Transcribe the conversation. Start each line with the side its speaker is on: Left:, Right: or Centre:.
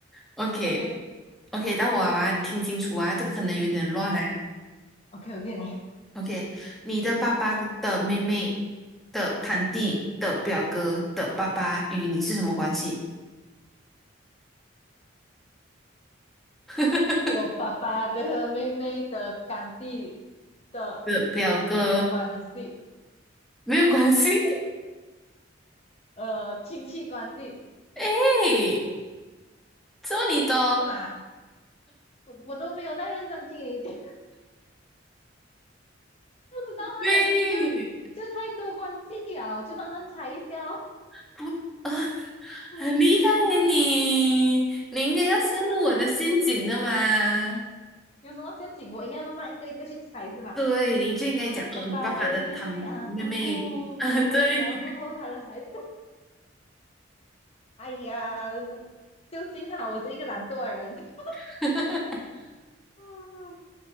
Centre: ，OK。
Left: OK，
Centre: OK，到我娃娃，你听清楚啊，这个可能有点乱啊。
Left: 哈，OK OK，来，
Centre: OK，你的爸爸的妹妹的堂弟的表哥的爸爸与你是什么关系？
Left: 嗯，
Centre: <laughs>
Left: 我爸爸的 <laughs> 妹妹的干弟的呃没有关系，
Centre: 的表哥没有关系。<laughs>
Left: 呃亲戚关系
Centre: 哎，这么你懂？
Left: 是吗？我我都没有在认真听你讲，不知道啊，
Centre: 对，
Left: 感觉这个就太多关系了，我就慢慢猜一下哦。
Centre: 不啊，
Left: 嗯，
Centre: 很厉害呀你！你应该要陷入我的陷阱的嘛？
Left: 我是这样慢慢来，有什么陷阱我应该慢慢一个一个去猜是吗？
Centre: <laughs> 对，你就应该讲哦，
Left: 啊，爸爸的妹妹啊，
Centre: 你爸爸的堂妹妹啊，
Left: 姑姑姑姑，
Centre: 对。
Left: 然后过后他的孩子哎呀，那就幸好我是一个懒惰的人。<laughs>
Centre: <laughs>
Left: 嗯，